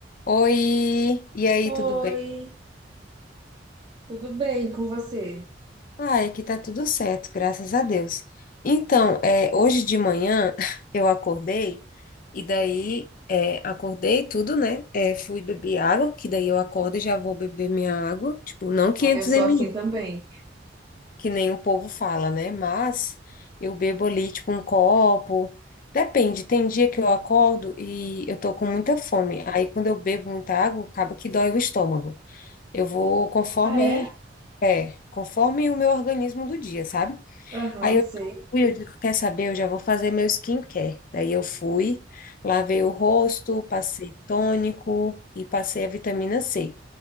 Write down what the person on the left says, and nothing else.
Oi, e aí, tudo
bem?
Ah, aqui tá tudo certo, graças a Deus. Então, é, hoje de manhã <laughs> eu acordei e daí é, acordei tudo, né? É, fui beber água, que daí eu acordo e já vou beber minha água, tipo, não 500
ml,
que nem o povo fala, né? Mas eu bebo ali, tipo, um copo. Depende, tem dia que eu acordo e eu tô com muita fome. Aí quando eu bebo muita água, acaba que dói o estômago. Eu vou conforme,
é, conforme o meu organismo do dia, sabe?
Aí eu
fui, eu digo, quer saber? Eu já vou fazer meu skincare. Daí eu fui, lavei o rosto, passei tônico e passei a vitamina C.